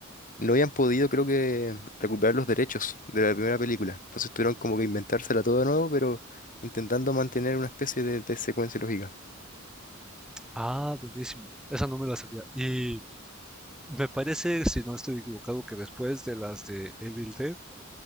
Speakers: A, on the left (about 40°); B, in the centre.
A: no habían podido, creo que, recuperar los derechos de la primera película, entonces tuvieron como que inventársela todo de nuevo, pero intentando mantener una especie de, de secuencia lógica.
B: ah, buenísimo. Esa no me la sabía. Y me parece, si no estoy equivocado, que después de las de Evil Dead